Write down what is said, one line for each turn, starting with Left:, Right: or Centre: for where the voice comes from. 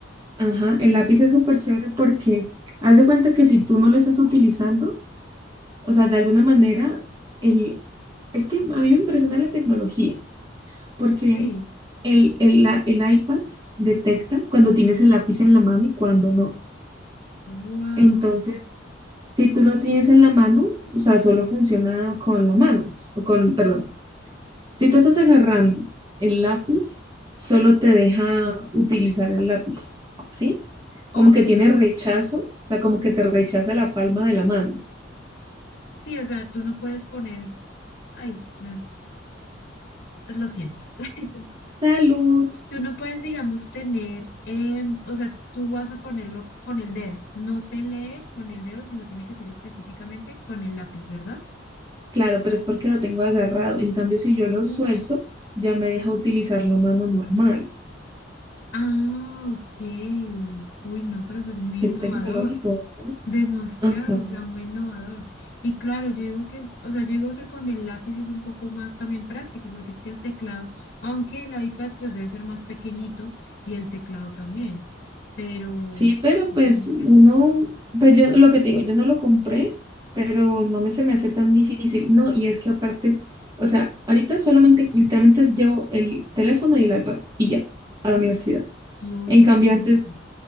Right: ajá, el lápiz es súper chévere porque haz de cuenta que si tú no lo estás utilizando, o sea, de alguna manera, el, es que a mí me impresiona la tecnología porque
Left: sí,
Right: el, el la- el iPad detecta cuando tienes el lápiz en la mano y cuando no.
Left: wow.
Right: Entonces, Si tú lo tienes en la mano, o sea, solo funciona con la mano, o con, perdón. Si tú estás agarrando el lápiz, solo te deja utilizar el lápiz, ¿sí?
Left: Ok,
Right: Como que tiene rechazo, o sea, como que te rechaza la palma de la mano.
Left: sí, o sea, tú no puedes poner, ay, no. Lo siento. <laughs>
Right: Salud.
Left: Tú no puedes, digamos, tener, em, o sea, tú vas a ponerlo con el dedo. No te lee con el dedo, sino tiene que ser específicamente con el lápiz, ¿verdad?
Right: Claro, pero es porque lo tengo agarrado. En cambio, si yo lo
Left: Uy.
Right: suelto, ya me deja utilizar la mano normal.
Left: Ah, ok. Uy, no, pero eso es muy
Right: Qué
Left: innovador.
Right: tecnológico, ¿verdad?
Left: Demasiado,
Right: Ajá.
Left: o sea, muy innovador. Y claro, yo digo que es, o sea, yo digo que con el lápiz es un poco más también práctico, porque es que el teclado, aunque el iPad pues debe ser más pequeñito y el teclado también, pero
Right: Sí, pero
Left: supongo
Right: pues
Left: que
Right: uno, pues yo lo que te digo, yo no lo compré, pero no me se me hace tan difícil. No, y es que aparte, o sea, ahorita solamente, literalmente es llevo el teléfono y el iPad y ya, a la universidad.
Left: No,
Right: En
Left: y excelente.
Right: cambio, antes